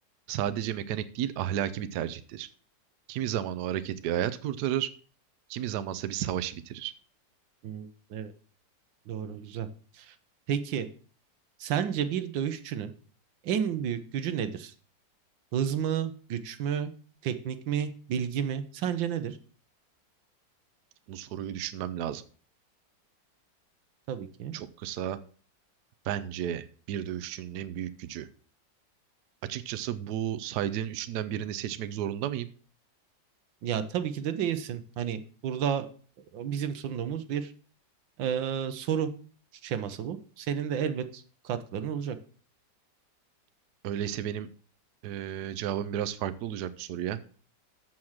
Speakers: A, on the right (about 70°); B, on the right (about 85°).
A: Sadece mekanik değil, ahlaki bir tercihtir. Kimi zaman o hareket bir hayat kurtarır, kimi zamansa bir savaşı bitirir.
B: Hmm, evet, doğru, güzel. Peki sence bir dövüşçünün en büyük gücü nedir? Hız mı, güç mü, teknik mi, bilgi mi? Sence nedir?
A: Bu soruyu düşünmem lazım.
B: Tabii ki.
A: Çok kısa, bence bir dövüşçünün en büyük gücü. Açıkçası bu saydığın üçünden birini seçmek zorunda mıyım?
B: Ya tabii ki de değilsin. Hani burada e, bizim sunduğumuz bir eee, soru şeması bu. Senin de elbet katkıların olacak.
A: Öyleyse benim eee, cevabım biraz farklı olacak bu soruya.